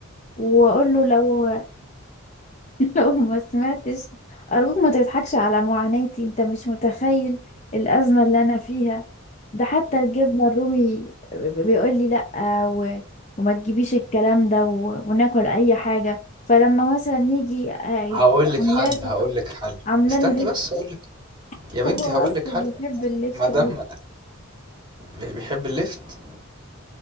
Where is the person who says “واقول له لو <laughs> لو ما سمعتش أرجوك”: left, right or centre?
Left